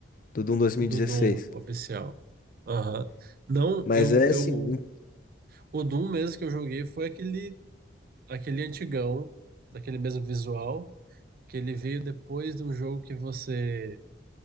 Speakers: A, on the left; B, on the right.
A: do Doom 2016.
B: do Doom oficial. Aham. Não,
A: Mas
B: eu,
A: é
B: eu.
A: assim,
B: O Doom mesmo que eu joguei foi aquele, aquele antigão, daquele mesmo visual, que ele veio depois de um jogo que você.